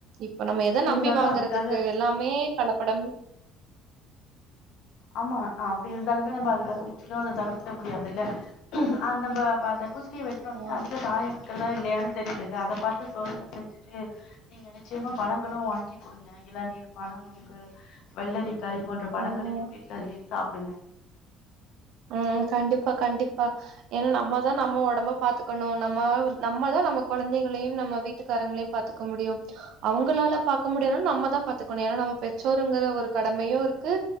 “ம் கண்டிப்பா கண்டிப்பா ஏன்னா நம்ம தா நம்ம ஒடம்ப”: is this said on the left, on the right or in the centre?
Right